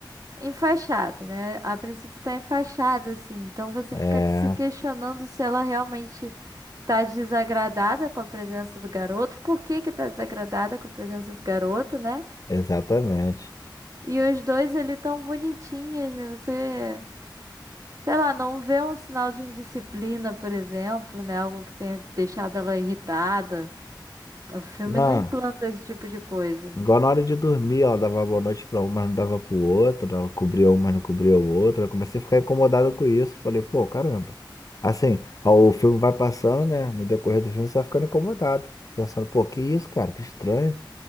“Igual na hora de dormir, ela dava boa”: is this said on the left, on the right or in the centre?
Left